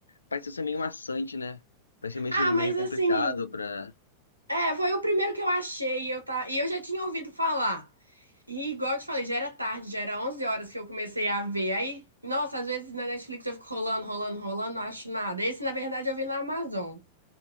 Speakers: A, on the left; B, on the right.
A: vai ser meio maçante, né? Vai ser meio,
B: Ah, mas
A: meio complicado
B: assim,
A: pra.
B: é, foi o primeiro que eu achei, e eu, tá, e eu já tinha ouvido falar. E igual eu te falei, já era tarde, já era 11 horas que eu comecei a ver. Aí, nossa, às vezes na Netflix eu fico rolando, rolando, rolando, não acho nada. Esse, na verdade, eu vi na Amazon.